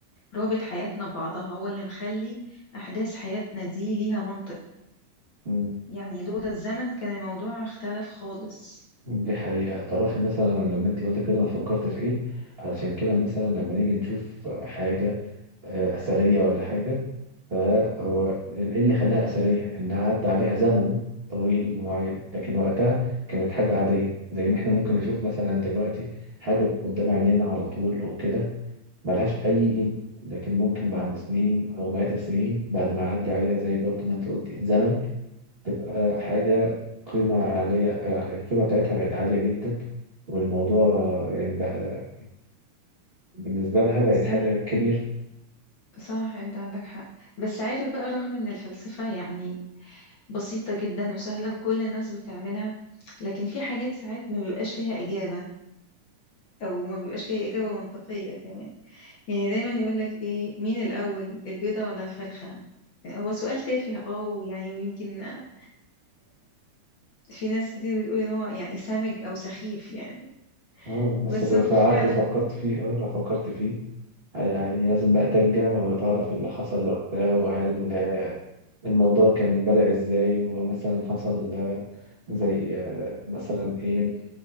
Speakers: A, on the left; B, on the right.
A: رابط حياتنا ببعضها هو اللي مخلي أحداث حياتنا دي ليها منطق
B: مم.
A: يعني لولا الزمن كان الموضوع اختلف خالص
B: دي حقيقة تعرفي مثلا لما انت قلت كده انا فكرت في ايه علشان كده مثلا لما نيجي نشوف حاجة آه، أثرية ولا حاجة فهو إيه اللي خلاها أثرية؟ إنها عدى عليها زمن طويل معين لكن وقتها كانت حاجة عادية زي ما إحنا ممكن نشوف مثلا دلوقتي حاجة قدام عينينا على طول وكده ملهاش أي قيمة لكن ممكن بعد سنين أو مئات السنين بعد ما يعدي عليها زي برضه ما أنت قلت زمن تبقى حاجة قيمة عالية آه، القيمة بتاعتها بقت عالية جدا والموضوع آه، يعني بقى بالنسبة لها بقت
A: صح
B: حاجة كبيرة
A: صح انت عندك حق بس عارف بقى رغم ان الفلسفة يعني بسيطة جدا وسهلة وكل الناس بتعملها لكن في حاجات ساعات ما بيبقاش ليها إجابة أو ما بيبقاش ليها إجابة منطقية كمان يعني دايما يقولك ايه مين الأول البيضة ولا الفرخة هو سؤال تافه اه ويعني ويمكن آه في ناس كتير بتقول ان هو يعني سامج او سخيف يعني
B: اه بس
A: بس
B: بس
A: هو فعلا
B: لو قعدت فكرت فيه اه لو فكرت فيه هي- هي- يعني لازم بقى ترجع وتعرف اللي حصل وقتها وهل آه، الموضوع كان بدأ ازاي ومثلا حصل آه، زي آه، مثلا ايه